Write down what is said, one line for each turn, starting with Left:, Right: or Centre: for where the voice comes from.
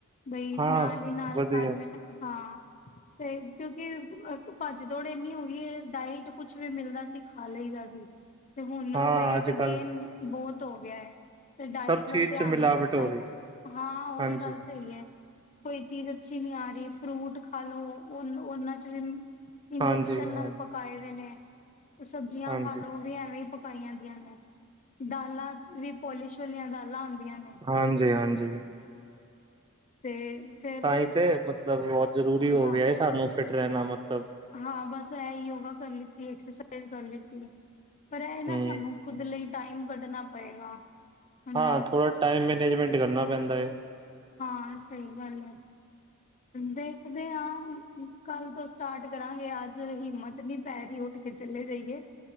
Left: ਬਈ
Right: ਹਾਂ
Left: ਨਾਲ ਹੀ ਨਾਲ
Right: ਵਧੀਆ
Left: ਕਰ ਲੈ, ਹਾਂ। ਤੇ ਕਿਉਂਕਿ ਭੱਜ- ਦੌੜ ਇੰਨੀ ਹੋਗੀ ਏ ਡਾਇਟ ਕੁਛ ਵੀ ਮਿਲਦਾ ਸੀ- ਖਾ ਲਈਦਾ ਸੀ ਤੇ ਹੁਣ
Right: ਹਾਂ
Left: ਵੇਟ
Right: ਅੱਜ ਕੱਲ
Left: ਗੇਨ ਬਹੁਤ ਹੋ ਗਿਆ ਹੈ। ਤੇ ਡਾਇਟ
Right: ਸਭ
Left: ਵੱਲ
Right: ਚੀਜ਼
Left: ਧਿਆਨ
Right: ਚ ਮਿਲਾਵਟ
Left: ਨੀ ਦਿੱਤਾ
Right: ਹੋ ਰਹੀ
Left: ਗਿਆ ਹਾਂ ਉਹ
Right: ਹਾਂਜੀ,
Left: ਵੀ ਗੱਲ ਸਹੀ ਹੈ। ਕੋਈ ਚੀਜ਼ ਅੱਛੀ ਨੀ ਆ ਰਹੀ। ਫਰੂਟ ਖਾਲੋ ਉਹ ਉਹਨਾਂ ਚ ਵੀ ਇੰਜੈਕਸ਼ਨ
Right: ਹਾਂਜੀ, ਹਾਂ
Left: ਨਾਲ ਪਕਾਏ ਦੇ ਨੇ ਸਬਜ਼ੀਆਂ
Right: ਹਾਂਜੀ,
Left: ਖਾ ਲੋ ਉਹ ਵੀ ਐਵੇਂ ਪਕਾਈਆ ਦੀਆਂ ਨੇ ਦਾਲਾਂ ਵੀ ਪੋਲਿਸ਼ ਵਾਲੀਆਂ ਦਾਲਾਂ ਆਉਂਦੀਆਂ ਨੇ
Right: ਹਾਂਜੀ -ਹਾਂਜੀ।
Left: ਤੇ ਫੇਰ
Right: ਤਾਂ ਹੀ ਤੇ ਮਤਲਬ ਬਹੁਤ ਜ਼ਰੂਰੀ ਹੋ
Left: ਹਾਂ
Right: ਗਿਆ ਹੈ ਸਾਨੂੰ ਫਿਟ ਰਹਿਣਾ ਮਤਲਬ
Left: ਹਾਂ, ਬਸ ਇਹ ਯੋਗਾ ਕਰ ਲੀਤ ਸਹੀ ਗੱਲ ਏ, ਪਰ ਇਹ ਨਾ
Right: ਹਮ
Left: ਸਾਨੂੰ ਖੁਦ ਲਈ ਟਾਈਮ ਕੱਢਣਾ ਪਏਗਾ। ਹੁਣ
Right: ਹਾਂ, ਥੋੜਾ ਟਾਈਮ ਮੈਨੇਜਮੈਂਟ ਕਰਨਾ ਪੈਂਦਾ ਹੈ
Left: ਹਾਂ, ਸਹੀ ਗੱਲ ਹੈ। ਦੇਖਦੇ ਹਾਂ ਕੱਲ ਤੋਂ ਸਟਾਰਟ ਕਰਾਂਗੇ ਅੱਜ ਹਿੰਮਤ ਨੀ ਪੈ ਰਹੀ ਹੋ। ਫੇਰ ਚਲੇ ਜਾਈਏ।